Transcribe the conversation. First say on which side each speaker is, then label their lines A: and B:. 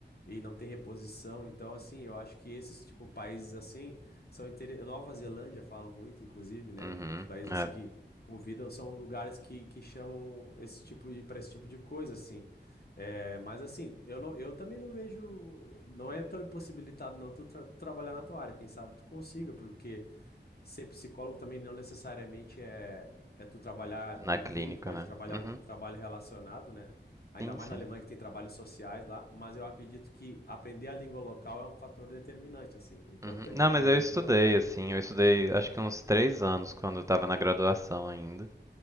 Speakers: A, on the left; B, on the right.
A: e não tem reposição. Então, assim, eu acho que esses tipo países assim são inter... Nova Zelândia falam muito, inclusive, né?
B: Uhum.
A: Países
B: É.
A: assim que convidam são lugares que, que chamam esse tipo de para esse tipo de coisa, assim. É, mas assim, eu não, eu também não vejo, não é tão impossibilitado não tu tra- trabalhar na tua área. Quem sabe tu consiga, porque Ser psicólogo também não necessariamente é, é tu trabalhar
B: Na
A: em
B: clínica,
A: clínica, pode
B: né?
A: trabalhar
B: Uhum.
A: algum trabalho relacionado, né? Ainda
B: Sim,
A: mais
B: sim.
A: na Alemanha que tem trabalhos sociais lá, mas eu acredito que aprender a língua local é um fator determinante, assim, é importante
B: Uhum. Não,
A: aprender
B: mas eu
A: a língua
B: estudei,
A: local.
B: assim, eu estudei acho que uns três anos quando eu tava na graduação ainda.